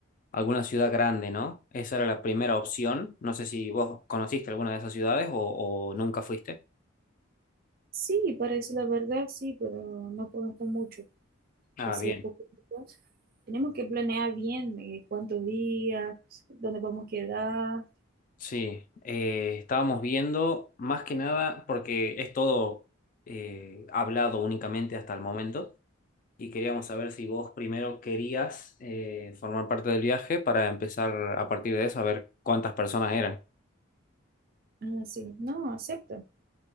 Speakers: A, on the left (about 40°); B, on the right (about 45°).
A: alguna ciudad grande, ¿no? Esa era la primera opción. No sé si vos conociste alguna de esas ciudades o, o nunca fuiste.
B: Sí, parece la verdad, sí, pero no conozco mucho.
A: Ah,
B: Hace
A: bien.
B: poco. tiempo. Tenemos que planear bien eh, cuántos días, dónde vamos a quedar.
A: Sí, Eh, estábamos viendo más que nada, porque es todo eh, hablado únicamente hasta el momento. y queríamos saber si vos primero querías eh, formar parte del viaje para empezar a partir de eso a ver cuántas personas eran.
B: Ah, sí, no, acepto.